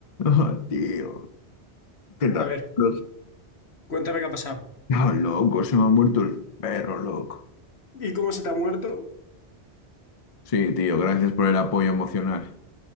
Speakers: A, on the left (about 45°); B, on the left (about 65°).
A: Ah, tío, ¿qué
B: A
A: tal?
B: ver,
A: Los...
B: cuéntame qué ha pasado.
A: Ah, loco, se me ha muerto el perro, loco.
B: ¿Y cómo se te ha muerto?
A: Sí, tío, gracias por el apoyo emocional.